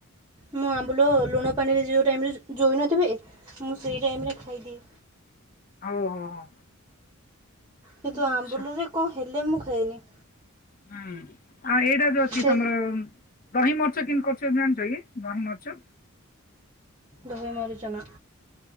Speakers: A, on the right; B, on the left.
A: ମୁଁ ଆମ୍ବୁଲ ଲୁଣ ପାଣିରେ ଯେଉଁ ଟାଇମିରେ ଜୋଇନଥିବେ ମୁଁ ସେଇ ଟାଇମିରେ ଖାଇଦିଏ।
B: ଆଉ ହଉ ହଉ।
A: କିନ୍ତୁ
B: ଆଚ୍ଛା
A: ଆମ୍ବୁଲସରେ କ ଣ ହେଲେ ମୁଁ ଖାଇନି।
B: ହୁଁ ଆଉ ଏଇଟା ଯୋଉ ଅଛି
A: ସେ
B: ତମର ଦହି ମର୍ଚ କେମିତି କରୁଛ ଜାଣିଛ କି ଦହି ମର୍ଚ
A: ଦହିଇ ମାରୁଜନା